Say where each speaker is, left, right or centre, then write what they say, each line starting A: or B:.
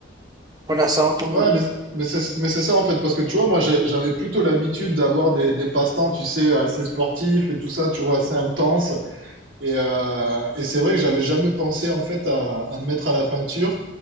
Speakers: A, on the right; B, on the right.
A: on a ça en commun.
B: Ouais, mais, mais c'est mais c'est ça en fait, parce que tu vois, moi j'ai- j'avais plutôt l'habitude d'avoir des, des passe-temps, tu sais, assez sportifs et tout ça, tu vois, assez intenses. Et, euh, et c'est vrai que j'avais jamais pensé en fait à, à me mettre à la peinture.